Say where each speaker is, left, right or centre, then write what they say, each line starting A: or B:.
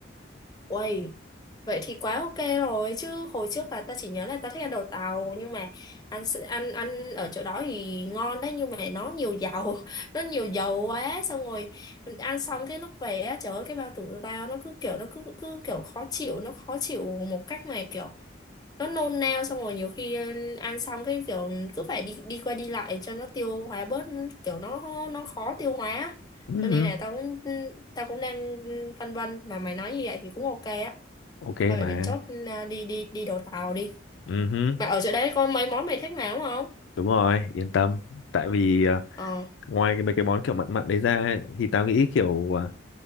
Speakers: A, on the left (about 20°); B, on the left (about 80°).
A: Uầy Vậy thì quá ok rồi chứ hồi trước là ta chỉ nhớ là ta thích ăn đồ tàu nhưng mà ăn s- ăn ăn ở chỗ đó thì ngon đấy nhưng mà nó nhiều dầu <laughs> nó nhiều dầu quá xong rồi mình ăn xong cái lúc về á trời ơi cái bao tử của tao nó cứ kiểu nó cứ cứ kiểu khó chịu nó khó chịu một cách mà kiểu nó nôn nao xong rồi nhiều khi ờ, ăn xong cái kiểu cứ phải đi đi qua đi lại cho nó tiêu hóa bớt kiểu nó nó khó tiêu hóa á.
B: ừ.
A: cho nên là tao cũng tao cũng đang phân vân mà mày nói như vậy thì cũng ok á
B: ok
A: thôi vậy
B: mà
A: mình chốt ừ, đi đi đi đồ tàu đi
B: ừ.
A: mà ở chỗ đấy có mấy món mày thích mà đúng không
B: đúng rồi yên tâm tại vì à,
A: ờ
B: ngoài cái mấy cái món kiểu mặn mặn đấy ra ấy, thì tao nghĩ kiểu à,